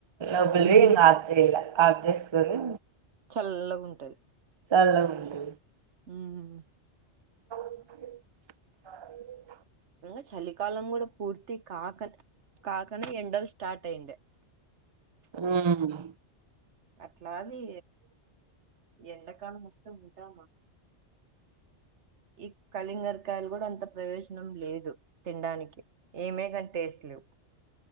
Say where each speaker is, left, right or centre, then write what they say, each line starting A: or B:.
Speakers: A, on the right; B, on the right.
A: లోపలివి
B: ఉమ్.
A: ఆఫ్ చేయాల ఆఫ్ చేసుకొని
B: చల్లగా ఉంటది.
A: చల్లగా ఉంటది.
B: ఉమ్
A: అవును
B: ఇంగ చలికాలం కూడా పూర్తి కాక కాకనే ఎండలు స్టార్ట్ అయ్యుండే
A: ఉమ్మ్
B: అట్లాది ఎండకాలం వస్ టాముటమా ఇక్ కలింగరకాయలు కూడా అంత ప్రయోజనం లేదు, తినడానికి ఏమే కానీ టేస్ట్ లేవు.